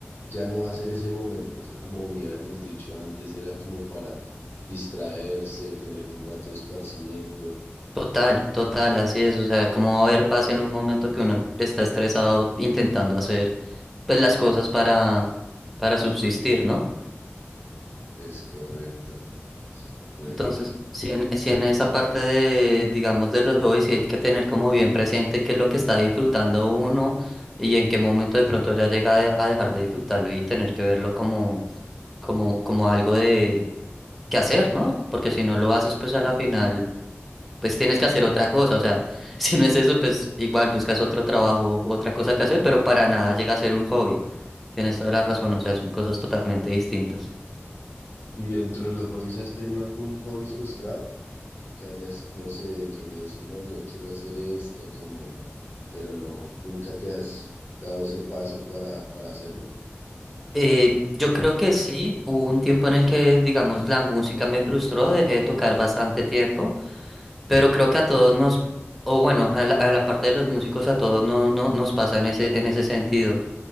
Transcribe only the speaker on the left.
ya no va a ser ese momento que como ya habíamos dicho antes era como para distraerse, tener un rato de esparcimiento.
Es correcto. Bueno.
¿Y dentro de los hobbies has tenido algún hobby frustrado? Que hayas, no sé, querido decir, no, yo quiero hacer esto, como, pero no, nunca te has dado ese paso para, para hacerlo.